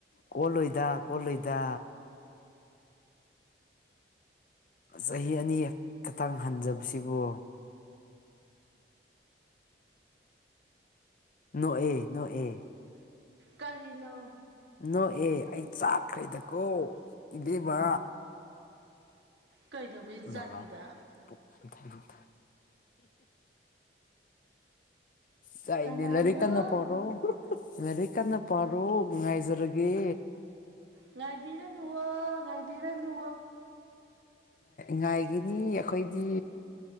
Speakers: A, on the left; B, on the right.
A: ꯀꯣꯜꯂꯣꯏꯗ ꯀꯣꯜꯂꯣꯏꯗ ꯆꯍꯤ ꯑꯅꯤ ꯈꯇꯪ ꯍꯟꯖꯕꯁꯤꯕꯨ ꯅꯑ ꯅꯑ
B: ꯀꯔꯤꯅꯣ
A: ꯅꯣꯛꯑ ꯑꯩ ꯆꯥꯛꯈ꯭ꯔꯦꯗꯀꯣ ꯏꯕꯦꯝꯕ
B: ꯀꯩꯗꯧꯕꯩ
A: ꯨꯕ
B: ꯆꯥꯛꯏꯕ
A: ꯄ ꯊ ꯊ ꯆꯥꯏꯅꯦ
B: ꯀꯅꯥꯅꯣ
A: ꯂꯔꯤ ꯀꯟꯅ ꯄꯔꯣ ꯂꯥꯏꯔꯛ ꯀꯟꯅ ꯄꯥꯔꯣ ꯉꯉꯥꯏꯖꯔꯒꯦ
B: ꯉꯥꯏꯕꯤꯔ ꯉ ꯉꯥꯏꯕꯤꯔ ꯉ
A: ꯉꯥꯏꯒꯤꯅꯤ ꯑꯩꯈꯣꯏꯗꯤ